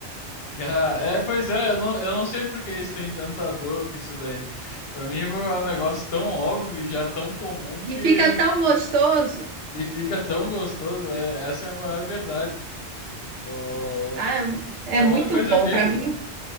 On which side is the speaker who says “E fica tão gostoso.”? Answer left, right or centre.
Right